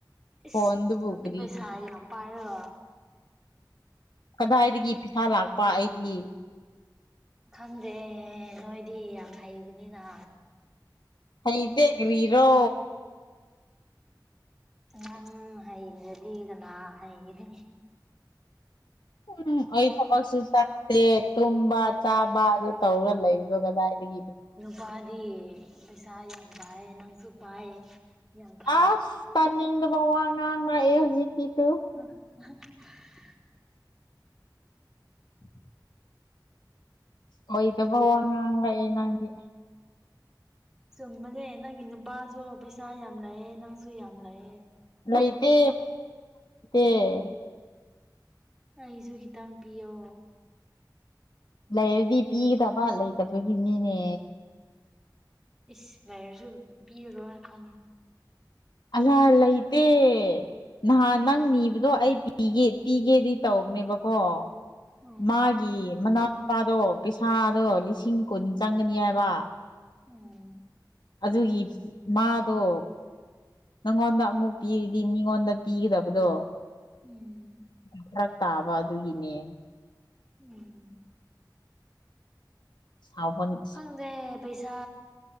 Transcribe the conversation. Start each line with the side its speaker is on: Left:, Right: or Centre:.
Left: ꯐꯣꯟꯗꯨꯕꯨ
Centre: ꯏꯁ ꯅꯪꯗꯤ
Left: ꯀꯔꯤ
Centre: ꯄꯩꯁꯥ ꯌꯥꯝ ꯄꯥꯒ ꯍ
Left: ꯀꯗꯥꯏꯗꯒꯤ ꯄꯩꯁꯥ ꯂꯥꯛꯄ ꯑꯩꯗꯤ
Centre: ꯈꯪꯗꯦ ꯅꯣꯏꯗꯤ ꯌꯥꯝ ꯍꯩꯕꯅꯤꯅ
Left: ꯍꯩꯗꯦꯒꯔꯤꯔꯣ
Centre: ꯅꯪ ꯍꯩꯔꯗꯤ ꯀꯅꯥ ꯍꯩꯒꯗꯤ
Left: ꯎꯝ ꯑꯩ ꯊꯀꯁꯨ ꯆꯦ ꯇ ꯆꯥꯕ ꯑꯗꯨ ꯇꯧꯔꯒ ꯂꯩꯗꯣ ꯀꯗꯥꯏꯗꯒꯤ
Centre: ꯋꯥꯗꯤ ꯄꯩꯁꯥ ꯌꯥꯝ ꯄꯥꯏ ꯅꯪꯁꯨ ꯄꯥꯏ ꯌꯥꯝ ꯐꯩ
Left: ꯑꯁ ꯇꯥꯅꯤꯡꯗꯕ ꯋꯥ ꯉꯥꯡ ꯂꯛꯑꯦ ꯍꯧꯖꯤꯛꯀꯤꯗꯨꯨ
Centre: ꯎ
Left: <unintelligible> ꯑꯣꯏꯗꯕ ꯋꯥ ꯉꯥꯡ ꯂꯥꯛꯑꯦ ꯅꯪꯗꯤ
Centre: ꯆꯨꯝꯕꯅꯦ ꯅꯪꯒꯤ ꯅꯨꯄꯥꯁꯨ ꯄꯩꯁꯥ ꯌꯥꯝ ꯂꯥꯛꯑꯦ ꯅꯪꯁꯨ ꯌꯥꯝ ꯂꯥꯛꯑꯦ
Left: ꯃꯇꯦ ꯃꯦ
Centre: ꯑꯩꯁꯨ ꯈꯤꯇꯪ ꯄꯤꯌꯣ
Left: ꯂꯩꯔꯗꯤ ꯄꯤꯒꯗꯕ ꯂꯩꯇꯕꯒꯤꯅꯤꯅꯦ
Centre: ꯏꯁ ꯂꯥꯏꯔꯁꯨ ꯄꯤꯔꯔꯣꯏꯅ ꯈꯪꯉꯤ
Left: ꯑꯜꯥꯍꯤꯠꯇ ꯅꯍꯥꯟ ꯅꯪ ꯅꯤꯕꯗꯣ ꯑꯩ ꯄꯤꯒꯦ ꯄꯤꯒꯦꯗꯤ ꯇꯧꯕꯅꯦꯕꯀꯣ
Centre: ꯎꯝ
Left: ꯃꯥꯒꯤ ꯃꯅꯥꯎꯅꯨꯄꯥꯗꯣ ꯄꯩꯁꯥꯗꯣ ꯂꯤꯁꯤꯡ ꯀꯨꯟ ꯆꯪꯒꯅꯤ ꯍꯥꯏꯕ
Centre: ꯎꯝ
Left: ꯑꯗꯨꯒꯤ ꯃꯥꯗꯣ ꯅꯪꯉꯣꯟꯗ ꯑꯃꯨꯛ ꯄꯤꯔꯤꯗꯤ ꯃꯤꯉꯣꯟꯗ ꯄꯤꯒꯗꯕꯗꯣ
Centre: ꯎꯝ
Left: ꯈꯔ ꯇꯥꯕ ꯑꯗꯨꯒꯤꯅꯦ
Centre: ꯎꯝ
Left: ꯁꯕꯟ
Centre: ꯈꯪꯗꯦ ꯄꯩꯁꯥ